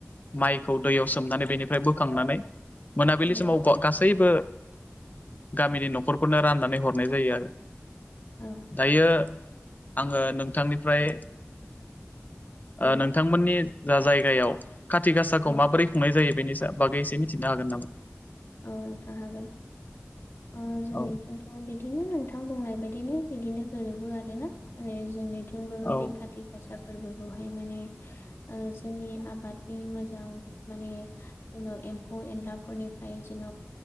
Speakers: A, on the left; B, on the left.
A: माइखौ दैयाव सोमनानै बेनिफ्राय बोखांनानै मोनाबिलि
B: उम
A: समाव ग गासैबो गामिनि न'खरफोरनो राननानै हरनाय जायो आरो
B: औ
A: दायो आङो नोंथांनिफ्राय
B: औ
A: ओ नोंथांमोननि जा जायगायाव खाथि गासाखौ
B: औ
A: माबोरै खुंनाय जायो बेनि सा बागै एसे मिथिनो हागोन नामा?
B: औ नोंथां हागोन ओ जोंनिथिंथ'
A: औ
B: बिदिनो नोंथां बुंनाय बायदि दिनो बिदिनो गोरोबो आरो ना माने जोंनिथिंबो
A: औ
B: बे खाथि गासाफोरबो बेवहाय माने ओ जोंनि आबादनि मोजां माने जेन एम्फौ फौ एनलाफोरनि फ्रायदिन'